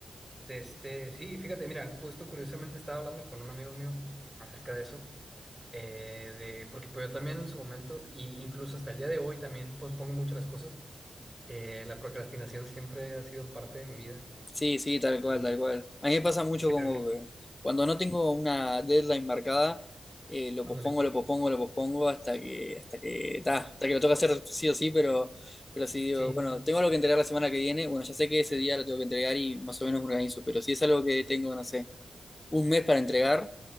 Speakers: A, on the right; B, on the left.
A: de este, sí, fíjate, mira, justo curiosamente estaba hablando con un amigo mío acerca de eso, eh, de, porque pues yo también en su momento, y incluso hasta el día de hoy también pospongo mucho las cosas Eh, la procrastinación siempre ha sido parte de mi vida
B: Sí, sí, tal
A: y
B: cual, tal cual. A mí me pasa mucho
A: creo
B: como
A: que,
B: que cuando no tengo una deadline marcada, eh, lo
A: ándale,
B: pospongo, lo pospongo, lo pospongo hasta que, hasta que, ta, hasta que lo toca hacer sí o sí, pero, pero sí, digo,
A: sí,
B: bueno, tengo algo que entregar la semana que viene, bueno, ya sé que ese día lo tengo que entregar y más o menos me organizo, pero si es algo que tengo, no sé, un mes para entregar,